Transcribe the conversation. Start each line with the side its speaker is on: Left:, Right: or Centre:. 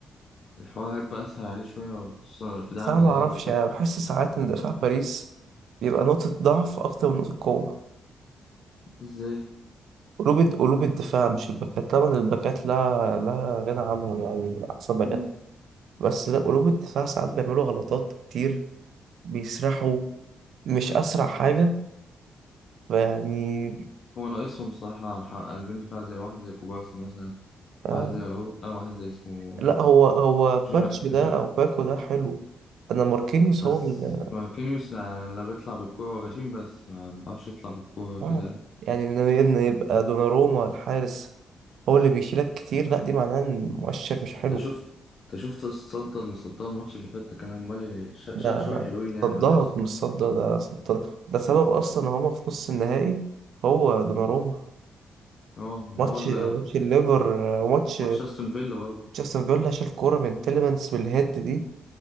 Left: فالحوار هيبقى اسهل عليه شويه خصوصا في دعم
Right: صعب
Left: اللعيبه
Right: ما اعرفش
Left: وكده
Right: انا بحس ساعات ان دفاع باريس بيبقى نقطة ضعف اكتر من نقطة قوة
Left: ازاي
Right: قلوب قلوب الدفاع مش الباكات طبعا الباكات لا لا غنى عنهم يعني احسن باكات
Left: مم.
Right: بس لا قلوب الدفاع ساعات بيعملوا غلطات كتير بيسرحوا مش اسرع حاجة يعني
Left: هو ناقصهم صراحه ح- قلبين دفاع زي واحد زي كوبارسي مثلا
Right: آه.
Left: واحد زي راؤول أو واحد زي اسمه
Right: لا هو هو باتش
Left: جا
Right: ده
Left: جا
Right: او باكو ده حلو انا ماركينيوس
Left: بس
Right: هو اللي
Left: ماركينيوس يعني لا بيطلع بالكوره هو غشيم بس ما بيعرفش يطلع بالكوره
Right: اه
Left: كده
Right: يعني ان إن يبقى دوناروما الحارس هو اللي بيشيلك كتير لا دي معناه ان مؤشر مش حلو
Left: انت شفت انت شفت الصدى اللي صدها الماتش اللي فات ده كان عمال ي- شا-
Right: ده
Left: شال شويه حلوين يعني
Right: صدرت
Left: من ارسنال
Right: مش صدر ده صدر ده سبب اصلا ان هما في نص النهائي هو دوناروما
Left: اه ما
Right: ماتش
Left: هو ال-
Right: ماتش الليفر آه، وماتش
Left: ماتش استون فيلا برضه
Right: جاستن فيلا شال كوره من تيليمانس بالهيد دي